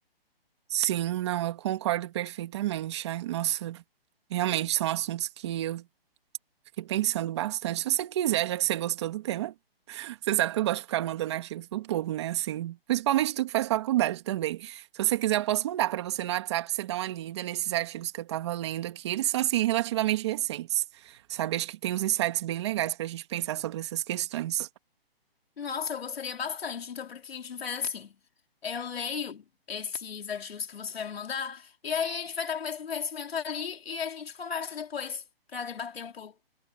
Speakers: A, on the right; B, on the left.
A: Sim, não, eu concordo perfeitamente. Ai, Nossa, realmente são assuntos que eu fiquei pensando bastante. Se você quiser, já que você gostou do tema. Você sabe que eu gosto de ficar mandando artigos pro povo, né? Assim, principalmente tu que faz faculdade também. Se você quiser, eu posso mandar para você no WhatsApp, você dá uma lida nesses artigos que eu tava lendo aqui. Eles são, assim, relativamente recentes, sabe? Acho que tem uns insights bem legais pra gente pensar sobre essas questões.
B: Nossa, eu gostaria bastante. Então, por que a gente não faz assim? Eu leio esses artigos que você vai me mandar, e aí a gente vai estar com o mesmo conhecimento ali e a gente conversa depois para debater um pouco.